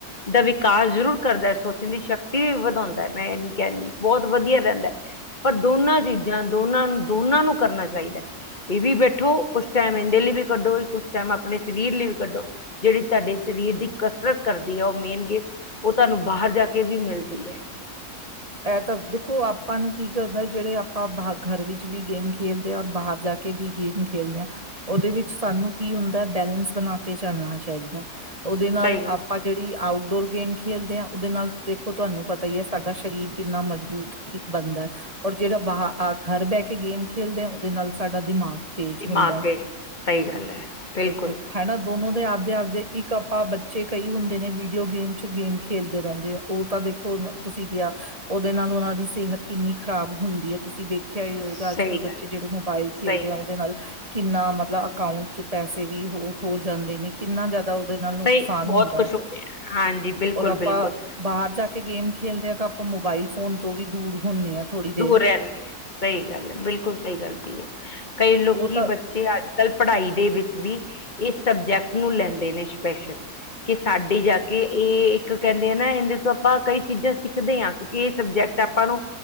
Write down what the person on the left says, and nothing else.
ਦਾ ਵਿਕਾਸ ਜ਼ਰੂਰ ਕਰਦਾ, ਸੋਚਣ ਦੀ ਸ਼ਕਤੀ ਵੀ ਵਧਾਉਂਦਾ ਐ ਮੈਂ ਇਹ ਨ ਕਹਿਂਦੀ, ਬਹੁਤ ਵਦੀਆ ਰਹਿੰਦਾ। ਪਰ ਦੋਨਾਂ ਚੀਜ਼ਾਂ, ਦੋਨਾਂ ਨੂੰ, ਦੋਨਾਂ ਨੂੰ ਕਰਨਾ ਚਾਈਦਾ। ਇਹ ਵੀ ਬੈਠੋ ਕੁਛ ਟੈਮ ਇਹਂਦੇ ਲਈ ਵੀ ਕੱਢੋ ਕੁਛ ਟੈਮ ਆਪਣੇ ਸਰੀਰ ਲਈ ਵੀ ਕੱਢੋ ਜਿਹੜੀ ਤੁਹਾਡੇ ਸਰੀਰ ਦੀ ਕਸਰਤ ਕਰਦੀ ਐ ਉਹ ਮੇਨਗੇ ਉਹ ਤੁਹਾਨੂੰ ਬਾਹਰ ਜਾ ਕੇ ਵੀ ਮਿਲਦੀ ਐ।
ਸਹੀ ਗੱਲ
ਦਿਮਾਗ
ਤੇਜ ਸਹੀ ਗੱਲ ਹੈ ਬਿਲਕੁਲ
ਸਹੀ
ਗੱਲ ਹੈ
ਸਹੀ
ਗੱਲ
ਸਹੀ ਬਹੁਤ
ਕੁਛ
ਹੋ ਰਿਹਾ ਹਾਂਜੀ ਬਿਲਕੁਲ
ਬਿਲਕੁਲ
ਦੂਰ ਰਹਿੰਦੇ ਹਾਂ। ਸਹੀ ਗੱਲ ਹੈ। ਬਿਲਕੁਲ ਸਹੀ ਗਲਤੀ ਹੈ। ਕਈ ਲੋਕੀ
ਬੱਚੇ ਅੱਜ- ਕੱਲ ਪੜ੍ਹਾਈ ਦੇ ਵਿੱਚ ਵੀ ਇਸ ਸਬਜੈਕਟ ਨੂੰ ਲੈਂਦੇ ਨੇ ਸਪੈਸ਼ਲ। ਕਿ ਸਾਡੇ ਜਾ ਕੇ ਇਹ ਇੱਕ ਕਹਿੰਦੇ ਆ ਨਾ ਇਹਦੇ ਤੋਂ ਆਪਾਂ ਕਈ ਚੀਜ਼ਾਂ ਸਿੱਖਦੇ ਹਾਂ ਕਿਉਂਕਿ ਇਹ ਸਬਜੈਕਟ ਆਪਾਂ ਨੂੰ